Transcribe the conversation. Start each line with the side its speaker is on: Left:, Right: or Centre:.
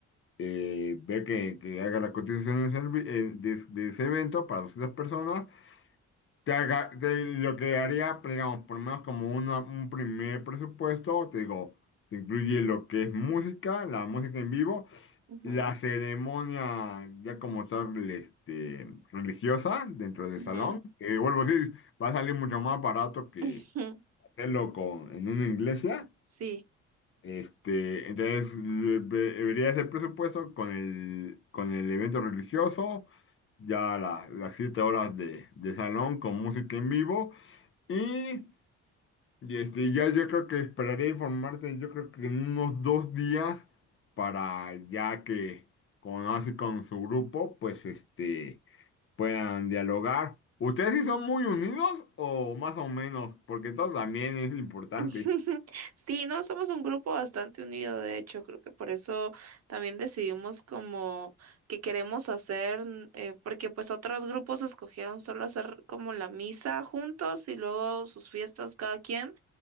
Left: eh, ver que, que haga la cotización de, servi- eh, de- de ese evento para 200 personas, te haga, te- lo que haría, pues, digamos, por lo menos como una- un primer presupuesto, te digo, te incluye lo que es música, la música en vivo,
Right: ujú.
Left: la ceremonia ya como tal este, religiosa dentro del
Right: Ujú,
Left: salón, que vuelvo a decir, va a salir mucho más barato que
Right: ujú,
Left: hacerlo con, en una iglesia.
Right: Sí,
Left: Este, entonces le- ve- debería ser presupuesto con el, con el evento religioso, ya la- las siete horas de, de salón con música en vivo y, y, este, ya yo creo que esperaré informarte, yo creo que en unos dos días para ya que con así con su grupo, pues este, puedan dialogar. ¿Ustedes sí son muy unidos o más o menos? Porque todo también es importante.
Right: <laughs> sí, no, somos un grupo bastante unido, de hecho, creo que por eso también decidimos como que queremos hacer, n- eh, porque pues otros grupos escogieron solo hacer como la misa juntos y luego sus fiestas cada quien,